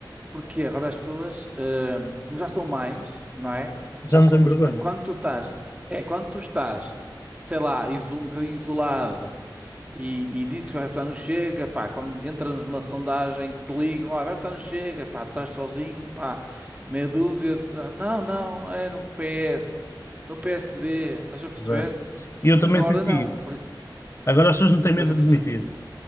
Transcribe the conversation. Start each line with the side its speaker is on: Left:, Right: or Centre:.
Right: Porque agora as pessoas, hum, como já são mais, não é?
Left: Já
Right: Já
Left: não
Right: somos,
Left: tenho vergonha.
Right: n- quando tu estás, é, quando tu estás, sei lá, iso- um bocadinho isolado e, e dizes que vais votar no Chega, pá, quando entras numa sondagem que te ligam, olha, vai votar no Chega, pá, estás sozinho, pá, meia dúzia, de... não, não, é no PS, no PSD, estás a perceber?
Left: Zé. E eu também
Right: Agora
Left: senti
Right: não,
Left: isso.
Right: Por-
Left: Agora as pessoas não têm
Right: estás
Left: medo
Right: a perceber?
Left: de admitir.